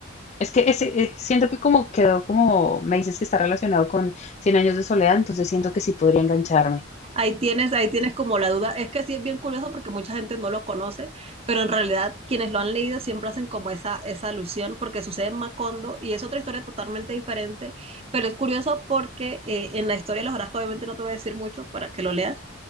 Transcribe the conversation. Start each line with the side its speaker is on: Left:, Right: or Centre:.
Left: es que ese, eh, siento que como quedó como, me dices que está relacionado con Cien años de soledad, entonces siento que sí podría engancharme.
Right: Ahí tienes, ahí tienes como la duda. Es que sí es bien curioso porque mucha gente no lo conoce, pero en realidad quienes lo han leído siempre hacen como esa, esa alusión porque sucede en Macondo y es otra historia totalmente diferente, pero es curioso porque eh, en la historia de los Orozco obviamente no te voy a decir mucho para que lo leas,